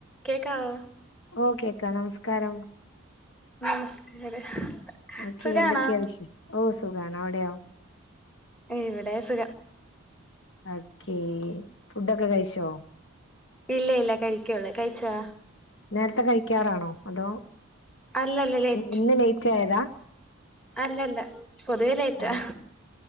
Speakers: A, in the centre; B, on the left.
A: കേക്കാവോ
B: ഓക്കേ ക്ക നമസ്കാരം
A: നമസ്കാരം
B: ന്നോക്കി
A: സുഖാണോ
B: എന്തൊക്കെയാ വിശ ഓ സുഖാണ് അവിടെയോ
A: ഇവിടേം സുഖം
B: ഓക്കേ ഫുഡോക്കെ കഴിച്ചോ
A: ഇല്ല ഇല്ല കഴിക്കെയൊള്ളു കഴിച്ചോ
B: നേരത്തെ കഴിക്കാറാണോ അതോ
A: അല്ലല്ല ലേറ്റ്
B: ഇന്ന് ലേറ്റ് ആയതാ
A: അല്ലല്ല പൊതുവെ ലേറ്റാ
B: അല്ല